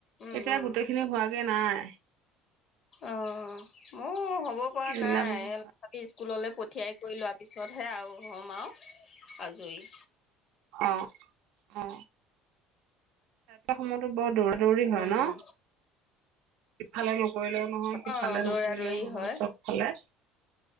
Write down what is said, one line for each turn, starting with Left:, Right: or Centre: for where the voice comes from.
Left: উম,
Right: এতিয়া
Left: উম,
Right: গোটেই খিনি হোৱা সি নাই।
Left: অ মোৰ পৰা
Right: মিলাব
Left: নাই
Right: অ
Left: স্কুললৈ পঠিয়াই কৰি লোৱা পিছত। ওচৰতহে আৰু হ'ম আৰু আজৰি।
Right: অ অ এ সময়তো বৰ দৌৰ দৌৰি হয়
Left: উম,
Right: ন ইফালে নকৰিলেও নহয় সিফালে
Left: অ', দৌৰা
Right: নকৰিলেও
Left: দৌৰি
Right: নহয়
Left: হয়,
Right: চবফালে।